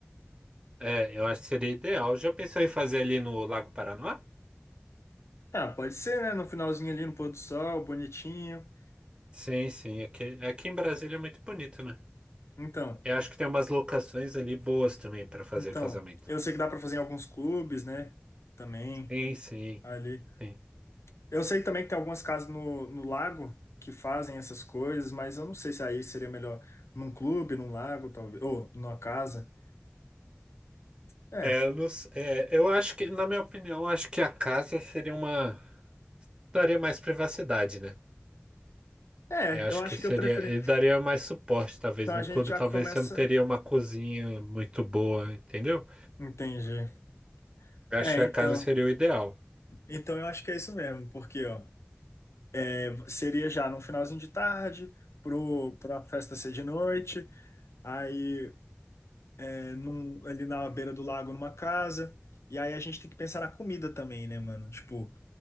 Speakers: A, on the right; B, on the left.
A: É, eu acho que seria ideal. Já pensou em fazer ali no Lago Paranoá?
B: Ah, pode ser, né? No finalzinho ali, no pôr do sol, bonitinho.
A: Sim, sim. Aqui, aqui em Brasília é muito bonito, né?
B: Então,
A: Eu acho que tem umas locações ali boas também para fazer
B: então.
A: casamento.
B: Eu sei que dá para fazer em alguns clubes, né? Também,
A: Sim, sim,
B: ali.
A: sim.
B: Eu sei também que tem algumas casas no, no lago que fazem essas coisas, mas eu não sei se aí seria melhor num clube, num lago, talvez, ou numa casa. É,
A: É, eu, não s- é, eu acho que, na minha opinião, eu acho que a casa seria uma. Daria mais privacidade, né?
B: é,
A: Eu acho
B: eu acho
A: que seria.
B: que eu preferi.
A: Ele daria mais suporte, talvez.
B: Então
A: Num
B: a gente
A: clube,
B: já
A: talvez
B: começa.
A: você não teria uma cozinha muito boa, entendeu?
B: Entendi.
A: Eu
B: É,
A: acho que a
B: então.
A: casa seria o ideal.
B: Então eu acho que é isso mesmo, porque ó, é, seria já no finalzinho de tarde, pro, pra festa ser de noite, aí é, num- ali na beira do lago, numa casa. E aí a gente tem que pensar na comida também, né, mano? Tipo.